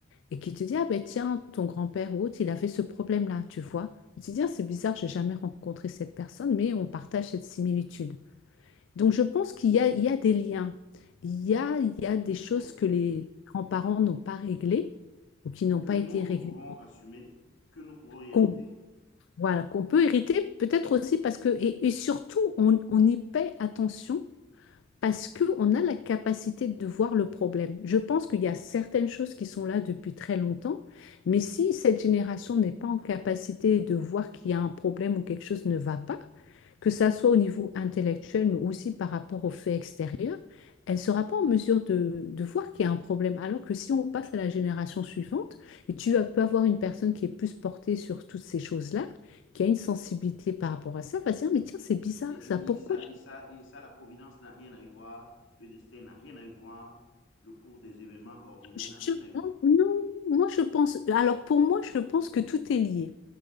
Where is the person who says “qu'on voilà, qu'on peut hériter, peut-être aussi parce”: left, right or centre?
Left